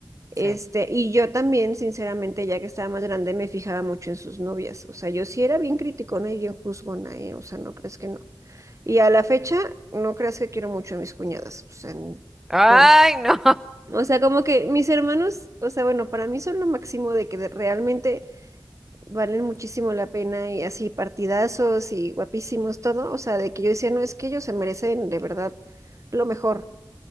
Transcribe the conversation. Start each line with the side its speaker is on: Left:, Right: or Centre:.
Right: Este,
Centre: Sí.
Right: y yo también, sinceramente, ya que estaba más grande, me fijaba mucho en sus novias. O sea, yo sí era bien criticona y bien juzgona, ¿eh? O sea, no crees que no. Y a la fecha, no creas que quiero mucho a mis cuñadas. O sea, no.
Centre: Ay, no.
Right: O sea, como que mis hermanos, o sea, bueno, para mí son lo máximo de que de- realmente valen muchísimo la pena y así partidazos y guapísimos todo, o sea, de que yo decía, no, es que ellos se merecen de verdad lo mejor.